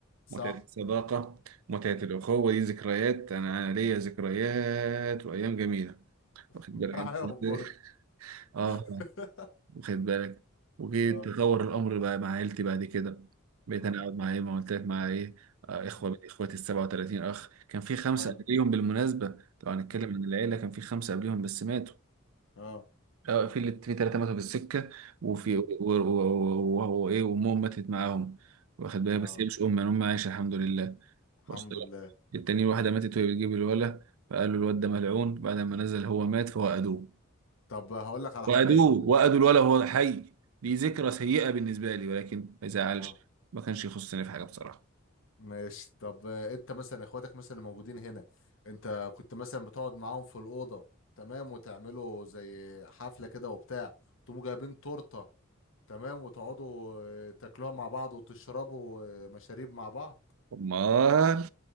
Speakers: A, on the left; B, on the right.
A: صح
B: متعة الصداقة متعة
A: مم.
B: الأخوة دي ذكريات أنا ليا
A: مم.
B: ذكريات وأيام جميلة
A: <laughs>
B: واخد بالك
A: عارف
B: أنت
A: برضه
B: إزاي؟ <laughs> آه
A: <laughs>
B: واخد بالك وجيت
A: اه
B: تطور الأمر بقى مع عيلتي بعد كده بقيت
A: مم.
B: أنا أقعد مع إيه ما قلت لك مع إيه آه، إخوة
A: مم.
B: من إخواتي ال 37 أخ كان في خمسة
A: حلو
B: قبليهم بالمناسبة طبعا هنتكلم
A: مم.
B: عن العيلة كان في خمسة قبليهم بس ماتوا
A: اه
B: اه في اللي في ثلاثة ماتوا في السكة وفي
A: مم.
B: و- و- و- وهو ايه وامهم ماتت معاهم واخد بالك
A: اه
B: بس هي مش امه يعني امها عايشة الحمد لله
A: الحمد
B: وصلت لك
A: لله
B: التانية
A: مم.
B: واحدة ماتت وهي بتجيب الولا فقالوا الواد ده ملعون بعد ما نزل هو مات فوأدوه
A: طب هقول لك على
B: وأدوه
A: حاجه يا زميلي
B: وأدوا الولا وهو حي دي ذكرى سيئة بالنسبة لي ولكن ما يزعلش
A: اه
B: ما كانش يخصني في حاجة بصراحة
A: ماشي طب آه، انت مثلا اخواتك مثلا اللي موجودين هنا انت كنت مثلا بتقعد معاهم في الأوضة تمام وتعملوا زي حفلة كده وبتاع تقوموا جايبين تورتة تمام وتقعدوا آه، تاكلوها مع بعض وتشربوا آه، مشاريب مع بعض
B: أمال